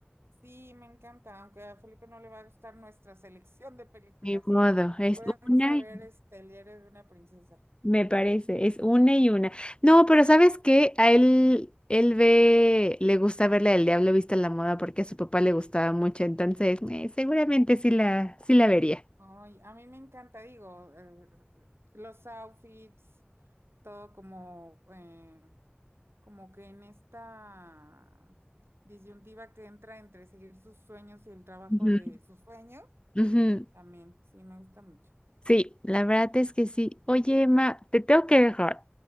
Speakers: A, on the right; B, on the left.
A: Sí, me encanta, aunque a Felipe no le va a gustar nuestra selección de películas.
B: Ni modo,
A: Eh,
B: es
A: Podemos
B: una,
A: saber
B: y-
A: este, El diario de una princesa.
B: me parece, es una y una. No, pero ¿sabes qué? A él, él ve, le gusta verla del Diablo Vista en la Moda porque a su papá le gustaba mucho, entonces eh, seguramente sí la, sí la vería.
A: Ay, a mí me encanta, digo, eh, eh, los outfits. todo como, eh, como que en esta disyuntiva que entra entre seguir sus sueños y el trabajo
B: Ujú,
A: de sus sueños,
B: ujú.
A: también, sí, me gusta mucho.
B: Sí, la verdad es que sí. Oye, Emma, te tengo que dejar